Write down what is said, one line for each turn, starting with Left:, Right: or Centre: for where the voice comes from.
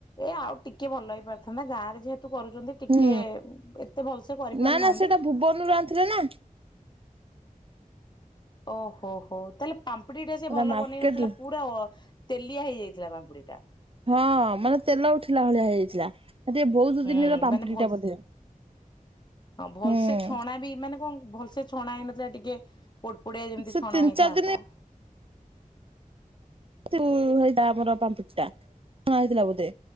Left: ଏ ଆଉ ଟିକେ ଭଲ ହେଇପାରିଥାନ୍ତା ଗାଁ ରେ ଯେହେତୁ କରୁଛନ୍ତି ଟିକେ
Right: ହୁଁ
Left: ଏତେ ଭଲସେ କରିପାରୁନାହାନ୍ତି
Right: ନା ନା ସେଇଟା ଭୁବନରୁ ଆଣିଥିଲେ ନା
Left: ଓହୋ ହୋ ତାହଲେ ପା <unintelligible> ଟା ସେ
Right: ଏଟା
Left: ଭଲ
Right: ମାର୍କେଟ
Left: ବନେଇ ନଥିଲା
Right: ରୁ।
Left: ପୁରଅ ତେଲିଆ ହେଇଯାଇଥିଲା ପାମ୍ପୁଡି ଟା।
Right: ହଁ ମାନେ ତେଲ ଉଠିଲା ଭଳିଆ ହେଇଯାଇଥିଲା। ଟିକେ ବହୁତ
Left: ହୁଁ
Right: ଦିନର ପାମ୍ପୁଡି
Left: ମାନେ ଭଲ
Right: ଟା ବୋଧେ
Left: ହଁ
Right: ହୁଁ।
Left: ଭଲସେ ଛଣା ବି ମାନେ କଣ ଭଲ <unintelligible> ସେ ଛଣା ହେଇନଥିଲା ଟିକେ ପୋଡପୋଡିଆ ଯେମିତି
Right: ସେ
Left: ଛଣା
Right: ତିନି
Left: ହେଇଥାନ୍ତା
Right: ଚାରି ଦିନ ସେଇଟା ଆମର ପାମ୍ପୁଟ ଟା ହେଇଥିଲା ବୋଧେ